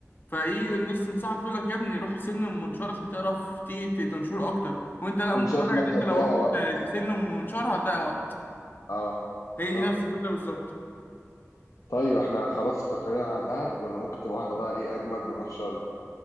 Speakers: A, on the left; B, on the left.
A: فايه الناس تنصحك تقول لك يا ابني روح سن المنشار عشان تعرف تيجي ت- تنشره اكتر وانت لا
B: كنت
A: مقتنع
B: شايف انك
A: ان انت
B: هتضيع
A: لو رحت
B: وقت
A: ت- تسن المنشار هتضيع وقت
B: اه
A: هي
B: صح
A: دي نفس الفكره بالظبط
B: طيب احنا خلاص استقرينا على دهب ولا ممكن تبقى واحدة بقى ايه اجمد ونروح شرم